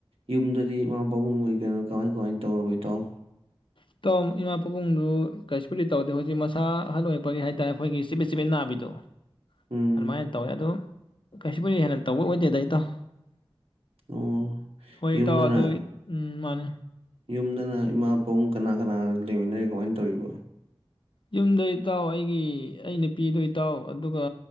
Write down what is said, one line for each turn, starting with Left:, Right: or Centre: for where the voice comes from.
Right: ꯌꯨꯝꯗꯗꯤ ꯏꯃꯥ ꯄꯥꯕꯨꯡ ꯈꯣꯏꯗꯤ ꯀꯃꯥꯏ ꯀꯃꯥꯏꯅ ꯇꯧꯔꯕ ꯏꯇꯥꯎ
Left: ꯏꯇꯥꯎ ꯏꯃꯥ ꯄꯥꯕꯨꯡꯗꯨ ꯀꯩꯁꯨꯄꯨꯗꯤ ꯇꯧꯗꯦ ꯍꯧꯖꯤꯛ ꯃꯁꯥ ꯑꯍꯜ ꯑꯣꯏꯔꯛꯄꯒꯤ ꯍꯥꯏꯇꯥꯔꯦ ꯃꯁꯥ ꯆꯤꯄꯦꯠ ꯆꯤꯄꯦꯠ ꯅꯥꯕꯤꯗꯣ
Right: ꯎꯝ
Left: ꯑꯗꯨꯃꯥꯏꯅ ꯇꯧꯋꯦ ꯑꯗꯨ ꯀꯩꯁꯨ ꯄꯨꯗꯤ ꯍꯦꯟꯅ ꯇꯧꯕ ꯑꯣꯏꯗꯦꯗ ꯏꯇꯥꯎ
Right: ꯑꯣ
Left: ꯍꯣꯏ
Right: ꯌꯨꯝꯗꯅ
Left: ꯏꯇꯥꯎ ꯑꯗꯨ ꯎꯝ ꯃꯥꯅꯤ
Right: ꯌꯨꯝꯗꯅ ꯏꯃꯥ ꯄꯕꯨꯡ ꯀꯅꯥ ꯀꯅꯥ ꯂꯩꯃꯤꯟꯅꯔꯤꯒꯦꯀꯃꯥꯏꯅ ꯇꯧꯔꯤꯕ
Left: ꯌꯨꯝꯗ ꯏꯇꯥꯎ ꯑꯩꯒꯤ ꯑꯩ ꯅꯨꯄꯤꯗꯨ ꯏꯇꯥꯎ ꯑꯗꯨꯒ